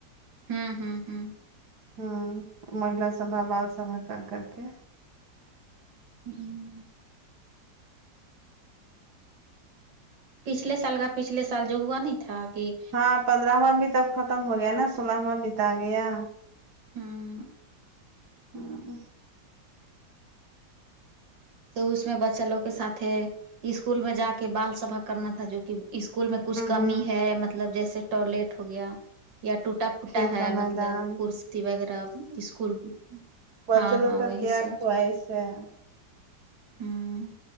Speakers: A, on the right; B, on the right.
A: ہوں ہوں ہوں
B: ہوں مہیلا سبا بال سبا کر کرکے
A: ہوں پچھلے سال کا پچھلے سال جو ہوا نہیں تھا کہ
B: ہاں پندرہواں بھی تب ختم ہو گیا ناں سولہواں بتا گیا
A: ہوں
B: ہاں
A: تو اس میں بچہ لوگ کے ساتھ ہے اسکول میں جا کے بال سبھا کرنا تھا جو کہ اسکول میں کچھ کمی
B: ہوں
A: ہے مطلب جیسے ٹوائلٹ ہوگیا یا ٹوٹا پھوٹا
B: کھیل
A: ہے
B: کا میدان
A: مطلب کرسی وغیرہ اسکول
B: پچے
A: ہاں
B: لوگ
A: ہاں
B: کا
A: وہی
B: کیا
A: سب
B: کوائس ہے
A: ہوں